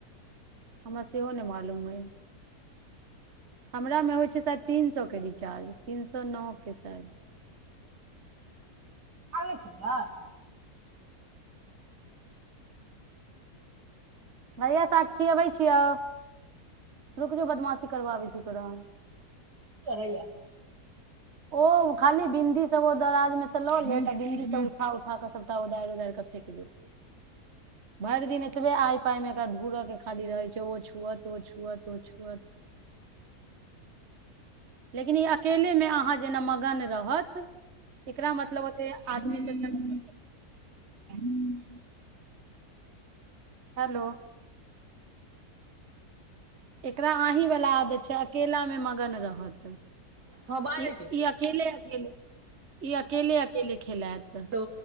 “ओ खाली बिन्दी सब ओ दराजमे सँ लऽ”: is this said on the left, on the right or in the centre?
Right